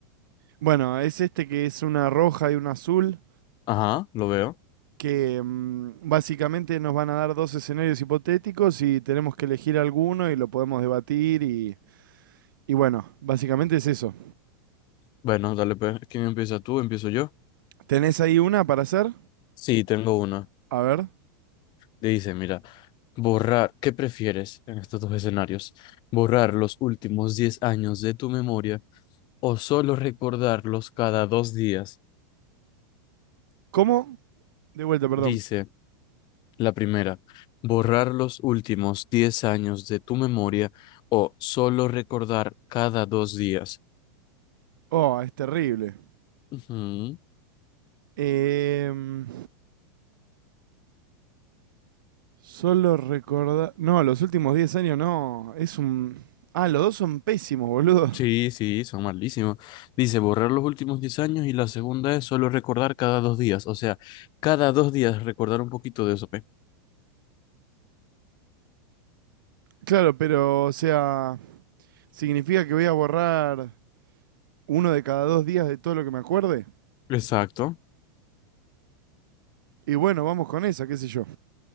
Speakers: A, on the right; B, on the left.
A: Bueno, es este que es una roja y una azul,
B: Ajá, lo veo.
A: que mm, básicamente nos van a dar dos escenarios hipotéticos y tenemos que elegir alguno y lo podemos debatir y, y bueno, básicamente es eso.
B: Bueno, dale, pues. ¿Quién empieza tú? ¿Empiezo yo?
A: ¿Tenés ahí una para hacer?
B: Sí, tengo una.
A: A ver.
B: Dice, mira, borrar, ¿qué prefieres en estos dos escenarios? ¿Borrar los últimos 10 años de tu memoria o solo recordarlos cada dos días?
A: ¿Cómo? De vuelta, perdón.
B: Dice. La primera, borrar los últimos 10 años de tu memoria o solo recordar cada dos días.
A: Oh, es terrible.
B: Ujú.
A: Em, Solo recordar. No, los últimos 10 años no. Es un. Ah, los dos son pésimos, boludo.
B: Sí,
A: <laughs>
B: sí, son malísimos. Dice borrar los últimos 10 años y la segunda es solo recordar cada dos días. O sea, cada dos días recordar un poquito de eso, ¿pe?
A: Claro, pero, o sea, significa que voy a borrar uno de cada dos días de todo lo que me acuerde.
B: Exacto.
A: Y bueno, vamos con esa, qué sé yo.